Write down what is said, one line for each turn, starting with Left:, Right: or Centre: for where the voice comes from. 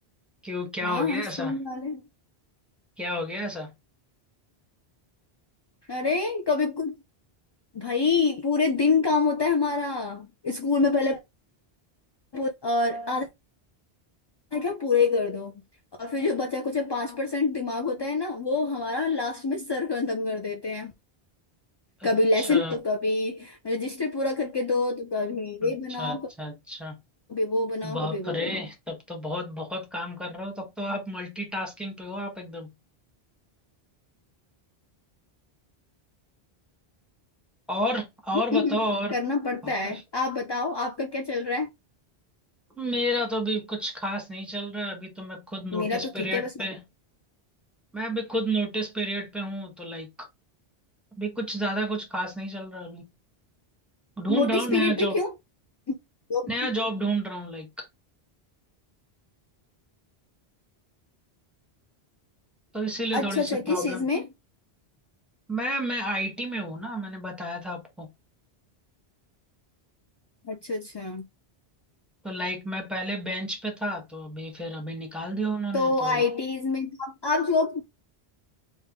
Centre: क्यों क्या
Left: हाँ
Centre: हो गया
Left: स्कूल
Centre: ऐसा
Left: वाले
Centre: क्या हो गया ऐसा
Left: अरे कभी कुछ भाई पूरे दिन काम होता है हमारा स्कूल में पहले पू- और आधा क्या पूरे ही कर दो और फिर जो बचा कुछ पांच परसेंट दिमाग होता है ना वो हमारा लास्ट में सर खत्म कर देते हैं कभी
Centre: अच्छा
Left: लेसन तो कभी रजिस्टर पूरा करके दो तो कभी
Centre: अच्छा
Left: ये बनाओ
Centre: अच्छा अच्छा
Left: कभी वो बनाओ
Centre: बाप
Left: कभी वो
Centre: रे
Left: बनाओ
Centre: तब तो बहुत बहुत काम कर रहे हो तब तो आप मल्टीटास्किंग पे हो आप एकदम और और
Left: <laughs>
Centre: बताओ और
Left: करना पड़ता
Centre: और
Left: है आप बताओ आपका क्या चल रहा है
Centre: मेरा तो अभी कुछ खास नहीं चल रहा है अभी तो मैं खुद नोटिस
Left: मेरा तो
Centre: पीरियड
Left: ठीक है बस
Centre: पे
Left: मैं
Centre: मैं अभी खुद नोटिस पीरियड पे हूँ तो लाइक अभी कुछ ज्यादा कुछ खास नहीं चल रहा अभी ढूंढ
Left: नोटिस
Centre: रहा हूँ नया
Left: पीरियड पे
Centre: जॉब
Left: क्यों <laughs> तो-
Centre: नया जॉब ढूंढ रहा हूँ लाइक तो इसीलिए
Left: अच्छा
Centre: थोड़ी
Left: अच्छा
Centre: सी
Left: किस
Centre: प्रॉब्लम
Left: चीज में
Centre: मैं मैं आईटी में हूँ ना मैंने बताया था आपको
Left: अच्छा अच्छा
Centre: तो लाइक मैं पहले बेंच पे था तो अभी फिर अभी निकाल दिया उन्होंने
Left: तो
Centre: तो
Left: आईटीज में तो आप, आप जॉब